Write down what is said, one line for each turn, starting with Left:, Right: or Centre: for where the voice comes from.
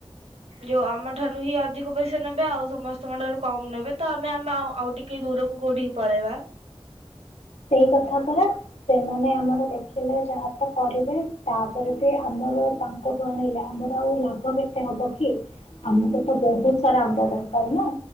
Right: ଯୋଉ ଆମଠାରୁ ହିଁ ଅଧିକ ପଇସା ନେବେ ଆଉ ସମସ୍ତଙ୍କ ଠାରୁ କମ ନେବେ ତ ଆମେ ଆମ। ଆଉ ଟିକେ ଦୂରକୁ କୋଉଠିକି ପଳେଇବା।
Left: ସେଇ କଥା ପାରା ସେମାନେ ଆମର ଦେଖିଲେ ଯାହା ତ କରିବେ ତାପରେ ବି ଆମର ତାଙ୍କଠୁ ଆଣିଲେ ଆମର ଆଉ ଲାଭ କେତେ ହବ କି ଆମକୁ ତ ବହୁତ ସାରା ଆମ୍ବ ଦରକାର ନା।